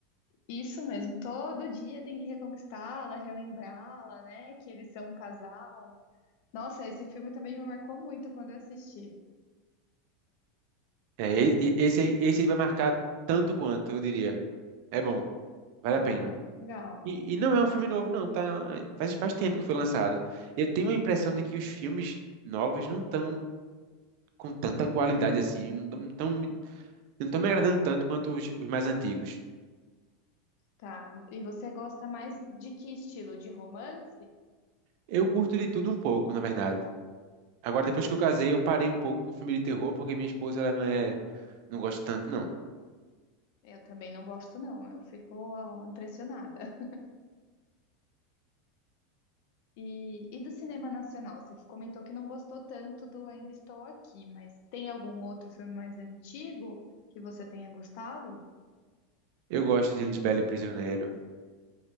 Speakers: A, on the left; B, on the right.
A: isso mesmo. Todo dia tem que reconquistá-la, relembrá-la, né, que eles são um casal. Nossa, esse filme também me marcou muito quando eu assisti.
B: É, e- e- esse, esse vai marcar tanto quanto, eu diria. É bom, vale
A: Ah,
B: a pena.
A: legal.
B: E, e não é um filme novo, não, tá? É, Faz, faz tempo que foi lançado. Eu tenho a impressão de que os filmes novos não estão com tanta qualidade assim, não estão me não tão me agradando tanto quanto os, os mais antigos.
A: Tá. E você gosta mais de que estilo? De romance?
B: Eu curto de tudo um pouco, na verdade. Agora, depois que eu casei, eu parei um pouco com filme de terror, porque minha esposa, ela não é, não gosta tanto, não.
A: Eu também não gosto, não. Eu fico ó, impressionada. E, e do cinema nacional? Você comentou que não gostou tanto do Ainda Estou Aqui, mas tem algum outro filme mais antigo que você tenha gostado?
B: Eu gosto de Lisbela e o Prisioneiro,